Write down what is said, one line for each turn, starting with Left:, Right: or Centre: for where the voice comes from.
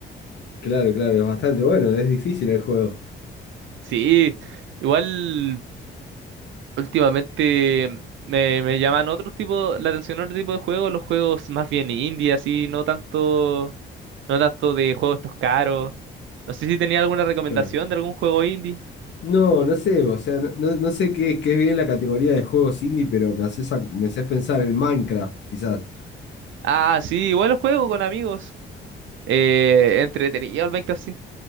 Left: Claro, claro, es bastante bueno, es difícil el juego.
Right: Sí, igual últimamente me, me llaman otro tipo, la atención otro tipo de juegos, los juegos más bien indie, así, no tanto, no tanto de juegos estos caros. No sé si tenía alguna recomendación
Left: Ah.
Right: de algún juego indie.
Left: No, no sé, o sea, no, no- no sé qué, qué es bien la categoría de juegos indie, pero me haces, ac- me haces pensar en Minecraft, quizás.
Right: Ah, sí, igual lo juego con amigos. Eh, entretenido el Minecraft, sí.